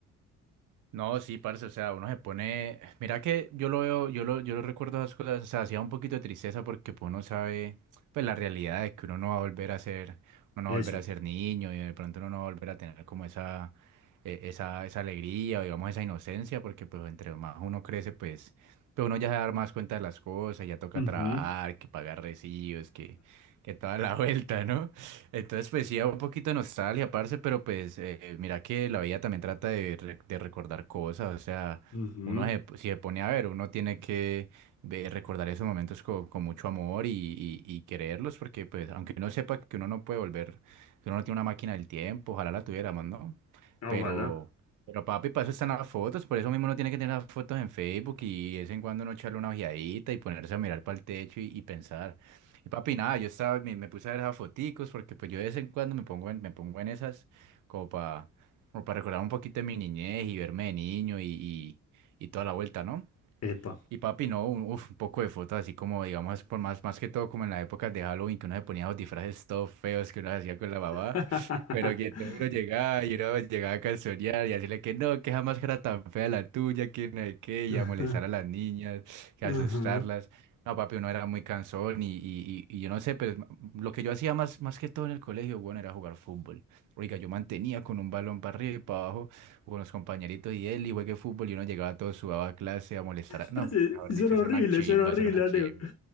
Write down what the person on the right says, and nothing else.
No, sí, parce, o sea, uno se pone, mira que yo lo veo, yo lo, yo lo recuerdo esas cosas, o sea, hacía un poquito de tristeza porque pues, uno sabe, pues la realidad de que uno no va a volver a ser, uno no
va a volver a ser niño y de pronto uno no va a volver a tener como esa, eh, esa, esa alegría o digamos esa inocencia porque pues entre más uno crece pues, pues uno ya se da más cuenta de las cosas, ya toca
trabajar, que pagar recibos, que, que toda la <laughs> vuelta, ¿no? Entonces, pues sí, un poquito de nostalgia, parce, pero pues eh, mira que la vida también trata de, re- de recordar cosas, o sea,
uno se- si se pone a ver, uno tiene que ve- recordar esos momentos con, con mucho amor y, y, y quererlos, porque pues aunque uno sepa que uno no puede volver, que uno no tiene una máquina del tiempo, ojalá la tuviéramos, ¿no? Pero,
pero papi, para eso están las fotos, por eso mismo uno tiene que tener las fotos en Facebook y, de vez en cuando uno echarle una ojeadita y ponerse a mirar para el techo y y pensar. Y papi, nada, yo estaba, me, me puse a ver esas foticos porque pues yo de vez en cuando me pongo en, me pongo en esas como para como para recordar un poquito de mi niñez y verme de niño y, y, y toda la vuelta, ¿no?
Y papi, no, un, uf, un poco de fotos así como, digamos, por más, más que todo como en las épocas de Halloween, que uno se ponía los disfraces todos feos que uno hacía con la mamá,
pero que todo uno llegaba y uno llegaba a calzonear y decirle que no, que jamás era tan fea la tuya, que no sé qué, y
a molestar a las niñas, que
asustarlas. No, papi, uno era muy cansón y, y, y, y yo no sé, pero es- lo que yo hacía más, más que todo en el colegio, bueno, era jugar fútbol. Oiga, yo mantenía con un balón para arriba y para abajo con los compañeritos y él, y juegue fútbol, y uno llegaba todo sudado a clase a molestar. a-
No, mejor
dicho,
hacer
una chimba,
hacer una
chimba.